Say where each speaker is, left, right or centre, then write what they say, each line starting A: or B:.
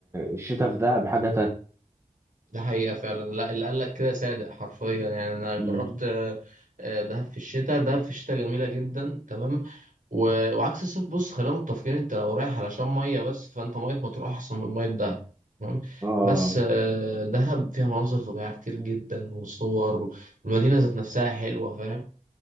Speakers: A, on the right; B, on the right.
A: الشتاء في دهب حاجه
B: ده حقيقة فعلا لا اللي قال لك كده صادق حرفيا يعني أنا
A: تانية
B: جربت آه، آه، دهب في الشتاء دهب في الشتاء جميلة جدا تمام و... وعكس الصيف بص خلينا متفقين أنت لو رايح علشان مية بس فأنت مية مطروح أحسن من مية دهب تمام
A: اه
B: بس آه، دهب فيها مناظر طبيعية كتير جدا وصور والمدينة ذات نفسها حلوة فاهم